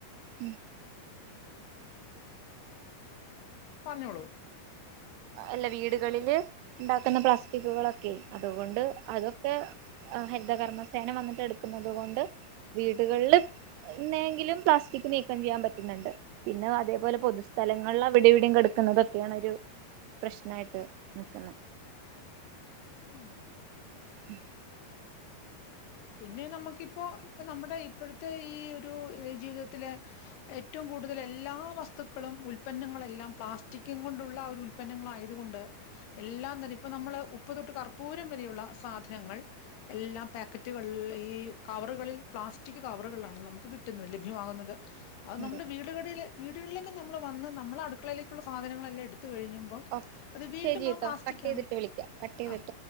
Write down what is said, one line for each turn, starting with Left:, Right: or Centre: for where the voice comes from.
Right: ഉം
Left: പറഞ്ഞോളൂ
Right: അല്ല വീടുകളില് ഉണ്ടാക്കുന്ന പ്ലാസ്റ്റിക്കുകളൊക്കെ അതുകൊണ്ട് അതൊക്കെ ഹരിതകർമ്മസേന വന്നിട്ട് എടുക്കുന്നുന്നത് കൊണ്ട് വീടുകളിൽ എന്നെങ്കിലും പ്ലാസ്റ്റിക് നീക്കം ചെയ്യാൻ പറ്റുന്നുണ്ട് പിന്നെ അതേപോലെ പൊതുസ്ഥലങ്ങളിൽ അവിടെ ഇവിടെയും കെടുക്കുന്നതൊക്കെയാണൊരു പ്രശ്നായിട്ട് നിക്കുന്ന
Left: ഉം തെ
Right: ഉം
Left: പിന്നെ നമുക്കിപ്പോ ഇപ്പൊ നമ്മുടെ ഇപ്പോഴത്തെ ഈ ഒരു ജീവിതത്തിലെ ഏറ്റവും കൂടുതൽ എല്ലാ വസ്തുക്കളും ഉൽപന്നങ്ങളെല്ലാം പ്ലാസ്റ്റിക്കും കൊണ്ടുള്ള ഒരു ഉൽപന്നങ്ങള ആയത് കൊണ്ട് എല്ലാം തന്നെ ഇപ്പ നമ്മള് ഉപ്പ് തൊട്ട് കർപ്പൂരം വരെയുള്ള സാധനങ്ങൾ എല്ലാം പാക്കറ്റ് റ്റു വെള്ള ഈ കവറുകളിൽ പ്ലാസ്റ്റിക് കവറുകളാണ് നമുക്ക് കിട്ടുന്നത് ലഭ്യമാകുന്നത് അത്
Right: അതെ
Left: നമ്മുടെ വീടുകടി ൽ വീടുകളിലേക്ക് നമ്മ വന്ന് നമ്മുടെ അടുക്കളയിലേക്കുള്ള സാധനങ്ങളെല്ലാം എടു എത്ത കഴിഞ്ഞുമ്പം
Right: ഓക്കെ
Left: അത് വീണ്ടും
Right: ശരി കേട്ടോ
Left: ആ പ്ലാസ്റ്റിക്
Right: കട്ട് ചെയ്തിട്ട്
Left: ആണ്
Right: വിളിക്കാം കട്ട് ചെയ്തിട്ട്
Left: ആ